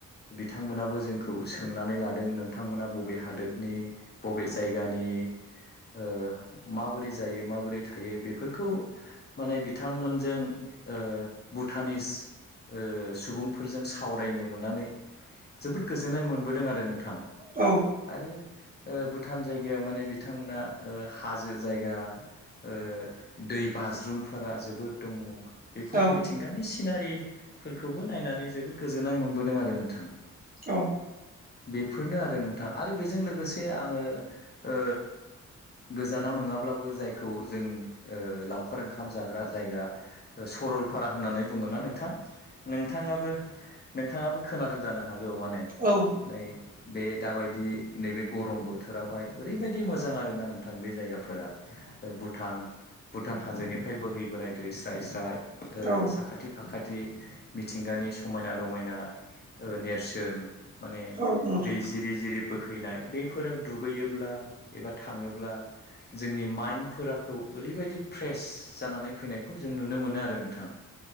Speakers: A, on the left; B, on the right.
A: बिथांमोनाबो जोंखौ सोंनानै लादों नोंथांमोना बबे हादोरनि बबे जायगानि ओ माबोरै जायो माबोरै थायो बेफोरखौ माने बिथांमोनजों ओ भुटानिस ओ सुबुंफोरजों सावरायनो मोननानै जोबोद गोजोननाय मोनबोदों आरो नोंथां
B: औ
A: आरो ओ भुटान जायगायाव माने बिथांमोना ओ हाजो जायगा ओ दै बाज्रुमफोरा जोबोद दङ। बेफोर
B: औ
A: मिथिंगानि सिनारिफोरखौबो नायनानै जोबोद गोजोननाय मोनबोदों आरो नोंथां
B: औ
A: बेफोरनो आरो नोंथां आरो बेजों लोगोसे आङो ओ गोजानाव नङाब्लाबो जायखौ जों लावखार ओंखाम जाग्रा जायगा सरलपारा होननानै बुङो ना नोंथां नोंथाङाबो नोंथाङाबो खोनादों जानो? हागौ माने
B: औ
A: नै बे दाबायदि नैबे गरम बोथोरावहाय ओरैबायदि मोजां आरोना नोंथां बे जायगा फोरा भुटान भुटान हाजोनिफ्राय बोहैबोनाय दै स्राय स्राय ओ
B: औ
A: साखाथि फाखाथि बिदि मिथिंगानि समायना रमायना ओ नेरसोन माने
B: औ नोंथां
A: दै जिरि जिरि बोहैनाय बेफोराव दुगैयोब्ला एबा थाङोब्ला जोंनि माइन्डखौ ओरैबायदि फ्रेस जानानै फैनायखौ जों नुनो मोनो आरो नोंथां